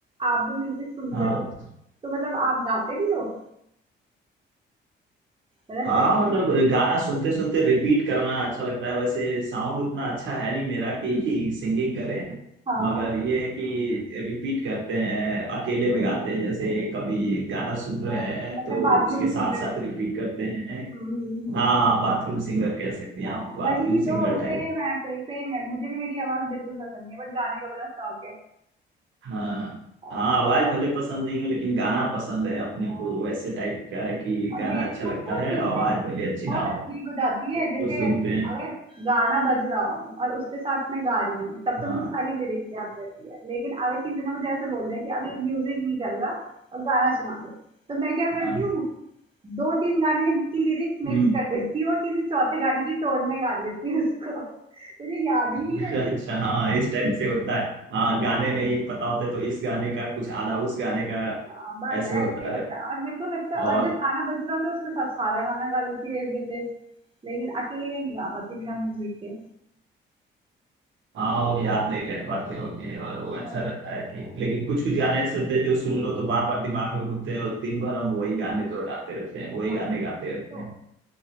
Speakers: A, on the right; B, on the right.
A: आप जो म्यूजिक सुनते
B: हाँ
A: हो तो मतलब आप गाते भी हो मतलब
B: हाँ
A: सिंग
B: मतलब गाना सुनते सुनते रिपीट करना अच्छा लगता है वैसे साउंड उतना अच्छा है नहीं मेरा कि सिंगिंग करें
A: हाँ
B: मगर ये है कि रिपीट करते हैं अकेले में गाते हैं जैसे कभी गाना सुन रहे
A: हाँ
B: हैं
A: मतलब
B: तो
A: बाथरूम
B: उसके साथ
A: सिंगर
B: साथ
A: हो
B: रिपीट करते हैं
A: हम्म हम्म, हम्म।
B: हाँ हाँ बाथरूम सिंगर कह सकते हैं
A: हाँ,
B: आप बाथरूम
A: वही
B: सिंगर
A: तो
B: टाइप
A: सेम है सही सेम है मुझे भी मेरी आवाज बिल्कुल पसंद नहीं है बट गाने का बड़ा शौक है
B: हाँ
A: हाँ,
B: हाँ आवाज भले पसंद नहीं हो लेकिन गाना पसंद है अपने
A: हाँ।
B: को वैसे टाइप का है कि
A: और
B: गाना
A: मेरे
B: अच्छा
A: साथ
B: लगता
A: तो
B: है आवाज भले अच्छी
A: बहुत
B: ना हो
A: अजीब हो जाती है
B: उसको
A: जैसे
B: सुनते हैं
A: अगर गाना बज रहा हो और उसके साथ मैं गा रही हूँ तब तो
B: हाँ
A: मुझे सारी लिरिक्स याद रहती है लेकिन अगर किसी ने मुझे ऐसे बोल दिया कि अभी म्यूजिक नहीं चल रहा और गाना सुना दे तो मैं क्या करती
B: हाँ
A: हूँ दो तीन गाने की लिरिक्स
B: हम्म
A: मिक्स कर देती हूँ और किसी चौथे गाने की टोन में गा रही होती हूँ उसको <laughs> मुझे याद ही
B: <laughs>
A: नहीं रहती
B: अच्छा हाँ इस टाइप से होता है हाँ गाने नहीं पता होते तो इस गाने का कुछ आधा उस गाने का
A: हाँ, बस
B: ऐसे होता
A: ऐसे ही होता
B: रहता
A: है और मेरे को लगता है और
B: और
A: जब गाना बज रहा होता है उसके साथ सारा गाना गा लेती हूँ एज इट इज लेकिन अकेले नहीं गा पाती बिना म्यूजिक के
B: हाँ वो याद नहीं रह पाते होते हैं और वो अच्छा
A: वही।
B: रहता है कि लेकिन कुछ कुछ गाने ऐसे होते हैं जो सुन लो तो बार बार दिमाग में घूमते हैं और दिन भर हम वही गाने दोहराते रहते हैं वही
A: हाँ,
B: गाने गाते रहते
A: तो
B: हैं